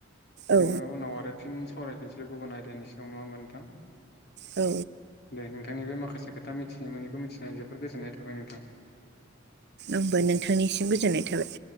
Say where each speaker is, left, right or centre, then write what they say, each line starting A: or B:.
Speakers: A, on the right; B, on the left.
A: औ
B: जोङो उनाव आरो फिन सावरायफिनसै गुबुन आयदानि सगायाव नङा होमबा नोंथां
A: औ
B: दे नोंथांनि बे माखासे खोथा मिथिनि मोनैखौ मिथिनानै जोबोर गोजोननाय थाबाय नोंथां
A: आंबो नोंथांनिसिम गोजोननाय थाबाय